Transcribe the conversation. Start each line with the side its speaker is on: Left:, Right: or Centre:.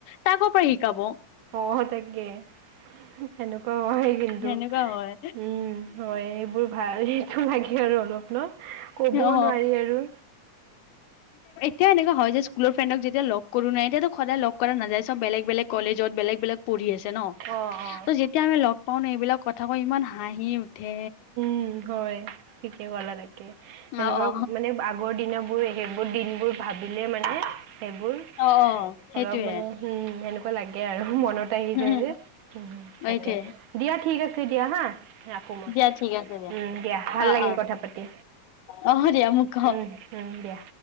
Left: তাই কৰ পৰা শিকাব
Right: অ তাকে সেনেকুৱা হয় কিন্তু
Left: সেনেকুৱা হয়
Right: উম হয় এইবোৰ ভাল সেইটো লাগে আৰু অলপ ন, ক'বও
Left: অ
Right: নোৱাৰি আৰু।
Left: তে এনেকুৱা দে স্কুলৰ ফেণ্ডক যেতিয়া লগ কৰো নহয় এতিয়া ত সদায় লগ কৰা নাযায়। বেলেগ বেলেগ কলেজত বেলেগ বেলেগ পঢ়ি আছে ন।
Right: অ অ।
Left: ত' যেতিয়া আমি লগ পাও ন এইবিলাক কথা কৈ ইমান হাঁহি উঠে।
Right: উম হয় ঠিকে কলা তাকে, সেনেকুৱা
Left: অ অ
Right: মানে আগৰ দিনবোৰ সেইবোৰ দিনবোৰ ভাবিলে মানে সেইবোৰ,
Left: অ অ সেইটোৱে
Right: অলপ মানে হম সেনেকুৱা লাগে আৰু মনত। আহি
Left: উম
Right: যায় যে
Left: সেইটোৱে
Right: তাকে, দিয়া ঠিক আছে দিয়া হা ৰাখো। মই
Left: দিয়া ঠিক আছে।
Right: উম দিয়া ভাল
Left: অ
Right: লাগিল
Left: অ
Right: কথা পাতি,
Left: অ দিয়া মোক ক
Right: উম উম দিয়া।